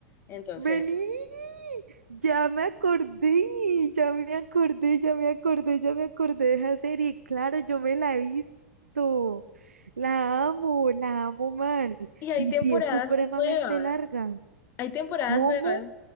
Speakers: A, on the left; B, on the right.
A: Entonces,
B: Vení, ya me acordé, ya me acordé, ya me acordé, ya me acordé de esa serie. Claro, yo me la he visto. La amo, la amo mal.
A: y hay
B: Y
A: temporadas
B: si es supremamente
A: nuevas,
B: larga,
A: hay temporadas
B: ¿cómo?
A: nuevas.